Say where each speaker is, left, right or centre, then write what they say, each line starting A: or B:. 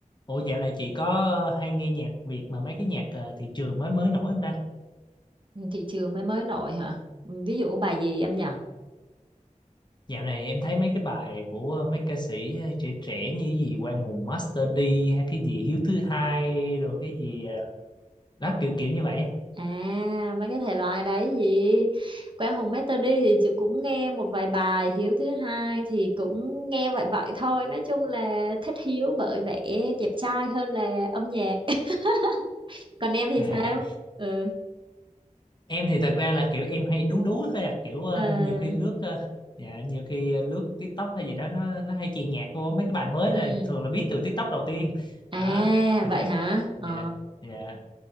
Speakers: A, on the left; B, on the right.
A: Ủa dạo này chị có hay nghe nhạc Việt mà mấy cái nhạc ờ, thị trường mới mới nổi không ta?
B: thị trường mới mới nổi hả Ừ, ví dụ bài gì em nhỉ
A: Dạo này em thấy mấy cái bài của ờ, mấy ca sĩ ờ, trẻ trẻ như gì Quang Hùng Master D hay cái gì Hiếu Thứ Hai rồi cái gì ờ, đó kiểu kiểu như vậy á.
B: à mấy cái thể loại đấy gì Quang Hùng Master đi thì chị cũng nghe một vài bài Hiếu thứ hai thì cũng nghe vậy vậy thôi nói chung là thích Hiếu bởi vẻ đẹp trai hơn là âm nhạc <laughs> còn em thì
A: <laughs>
B: sao ừ
A: Em thì thật ra là kiểu em hay đú đú thôi à, kiểu ờ,
B: à,
A: nhiều khi lướt ờ, dạ, nhiều khi ờ, lướt TikTok hay gì đó nó nó hay chèn nhạc vô mấy cái bài mới
B: ừ.
A: là thường là biết từ TikTok đầu tiên.
B: à
A: Đó, người
B: vậy
A: ta
B: hả
A: dạ
B: ờ
A: dạ